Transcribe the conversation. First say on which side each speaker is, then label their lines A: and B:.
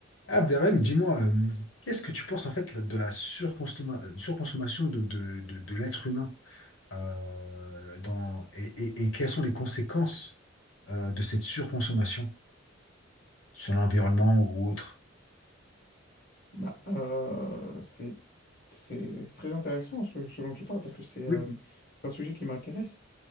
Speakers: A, on the left; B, on the left.
A: Abderrahim, dis-moi, euh, qu'est-ce que tu penses en fait de la surconsomma surconsommation de, de, de, de l'être humain euh, dans, et, et- et quelles sont les conséquences euh, de cette surconsommation sur l'environnement ou autre?
B: Bah, euh, c'est c'est- c'est très intéressant ce, ce dont tu parles parce que c'est euh,
A: Oui.
B: c'est un sujet qui m'intéresse.